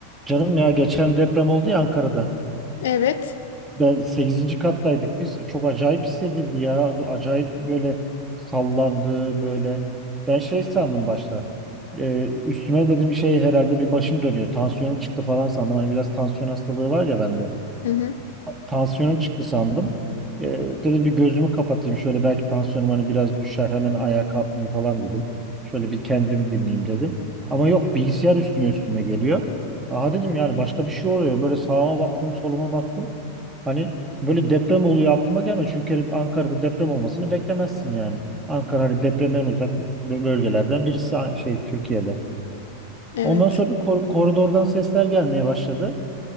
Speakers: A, on the right; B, on the left.
A: Canım ya geçen deprem oldu ya Ankara'da.
B: Evet.
A: Ben sekizinci kattaydık biz. Çok acayip hissedildi ya. Acayip böyle sallandı böyle. Ben şey sandım başta. Ee, üstüme dedim şey herhalde bir başım dönüyor. Tansiyonum çıktı falan sandım. Hani biraz tansiyon hastalığı var ya bende.
B: Hı hı.
A: Tansiyonum çıktı sandım. Ee, dedim bir gözümü kapatayım şöyle belki tansiyonum hani biraz düşer hemen ayağa kalkmayayım falan dedim. Şöyle bir kendimi dinleyeyim dedim. Ama yok bilgisayar üstüme üstüme geliyor. Aha dedim yani başka bir şey oluyor. Böyle sağıma baktım soluma baktım. Hani böyle deprem oluyor aklıma gelmiyor. Çünkü Ankara'da deprem olmasını beklemezsin yani. Ankara hani depremden uzak bö- bölgelerden birisi a- şey Türkiye'de.
B: Evet.
A: Ondan sonra kor- koridordan sesler gelmeye başladı